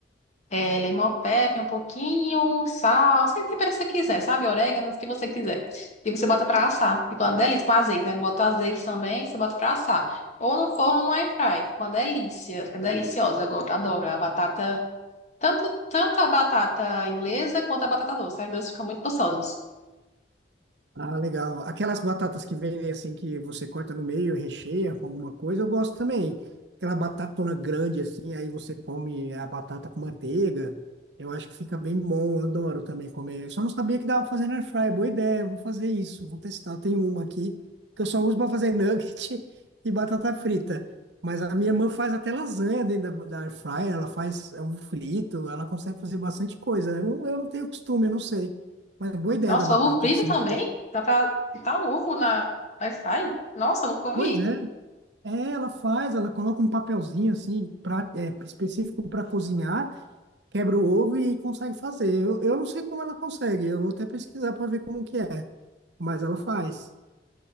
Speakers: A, on the left; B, on the right.
A: é, limão pepper um pouquinho, sal, você tempera se você quiser, sabe? Orégano, o que você quiser. E você bota pra assar. Fica uma delícia com azeite, né? Bota o azeite também, você bota pra assar. Ou no forno ou no air fry. Fica uma delícia, fica deliciosa. Eu go- adoro a batata, tanto, tanto a batata inglesa quanto a batata doce. As duas ficam muito gostosas.
B: Ah, legal. Aquelas batatas que vendem assim, que você corta no meio e recheia com alguma coisa, eu gosto também. Aquela batatona grande assim, aí você come a batata com manteiga. Eu acho que fica bem bom, eu adoro também comer. Eu só não sabia que dava pra fazer na air fryer. Boa ideia, vou fazer isso, vou testar. Eu tenho uma aqui que eu só uso para fazer nugget <laughs> e batata frita. Mas a minha irmã faz até lasanha dentro da, da air fryer, ela faz ovo frito, ela consegue fazer bastante coisa. Eu, eu não tenho costume, eu não sei. Mas boa ideia
A: Nossa,
B: da batata
A: ovo frito
B: que você
A: também?
B: me deu.
A: Dá pra botar o ovo na no air fry? Nossa, eu nunca
B: Pois
A: vi.
B: é, é, ela faz, ela coloca um papelzinho assim, pra, é, específico para cozinhar, quebra o ovo e consegue fazer. Eu, eu não sei como ela consegue, eu vou até pesquisar para ver como que é, mas ela faz.